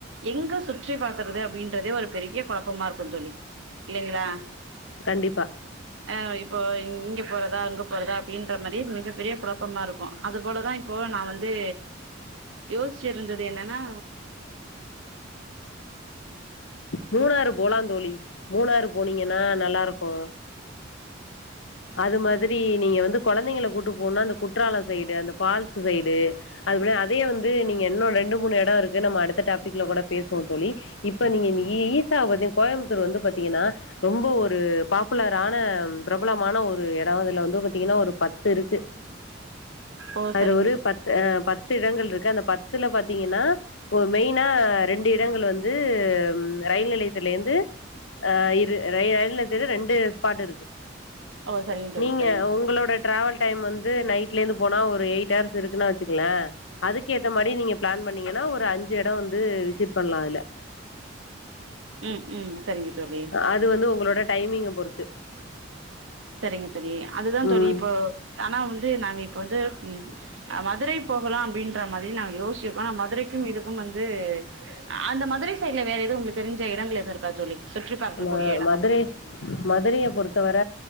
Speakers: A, on the right (about 75°); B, on the left (about 70°).
A: எங்க சுற்றி பாக்கறது அப்டின்றதே ஒரு பெரிய கொழப்பமா இருக்கும் தோழி அப்டிங்களா
B: கண்டிப்பா
A: ஆ இப்போ இங்க போறதா அங்க போறதா அப்படின்ற மாரி மிகப் பெரிய கொழப்பமாருக்கு அது போலதா இப்போ நா வந்து யோசிச்சிருந்தது என்னன்னா
B: மூணாறு போலா தோழி மூணாறு போனீங்கன்னா நல்லாருக்கு அது மாதிரி நீங்க வந்து கொழந்தைங்கள கூட்டு போனா அந்த குற்றாலம் சைடு அந்த பால்ஸ்ஸு சைடு அதுப்போல அதே வந்து நீங்க இன்னு ரெண்டு மூணு எடோ இருக்கு நம்ம அடுத்த டாபிக்கல்ல கூட பேசுவோ தோழி இப்ப நீங்க இந்த ஈசாவை பத்தி நீங்க கோயம்புத்தூர் வந்து பாத்தீங்கன்னா ரொம்ப ஒரு பாப்புலரான பிரப் பலமான ஒரு எடோ இதுல வந்து பாத்தீங்கன்னா ஒரு பத்து இருக்கு
A: ஓ
B: அதுல
A: சரிங்க
B: ஒரு
A: தோ
B: பத் து ஆ பத்து எடங்கள் இருக்கு அந்த பத்துல பாத்தீங்கன்னா மெயினா ரெண்டு இடங்கள் வந்து ரயில் நிலையத்திலேருந்து ஆ இரு ர ரயில் நிலையத்தில ரெண்டு ஸ்பாட்ருக்கு
A: ஓ சரிங்க தோழி
B: நீங்க
A: சரிங்க
B: உங்களோட டிராவல் டைம் வந்து நைட்லேருந்து போனா ஒரு எயிட் ஹர்ஸ் இருக்குன்னு வச்சுக்கோகலே அதுக்கு ஏத்த மாரி நீங்க பிளான் பண்ணீங்கன்னா ஒரு அஞ்சு எடோம் வந்து விசிட் பண்ணலா அதுல்ல
A: ம் ம் சரிங்க தோழி
B: அது வந்து உங்களோட டைமிங்க பொறுத்து
A: சரிங்க தோழி அதுதா தோழி
B: ம்
A: இப்ப ஆனா வந்து நாங்க இப்ப வந்து மதுரை போகலா அப்படின்ற மாதிரி நா யோசிச்சுட்டு ஆ மதுரைக்கும் இதுக்கும் வந்து அந்த மதுரை சைட்ல வேற ஏதுவு உங்களுக்கு தெரிஞ்ச இடங்கள் எதும் இருக்கா தோழி சுற்றிபார்க்ககூடிய
B: ம
A: எடோ
B: மதுரை
A: அப்டின்னா
B: மதுரைய பொறுத்தவர